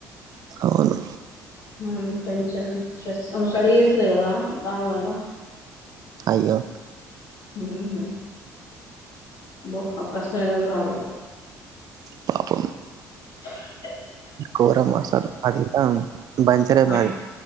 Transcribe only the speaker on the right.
అవును
అయ్యో
పాపం
ఘోరం అసలు అదితాం బంచరే
బాయ్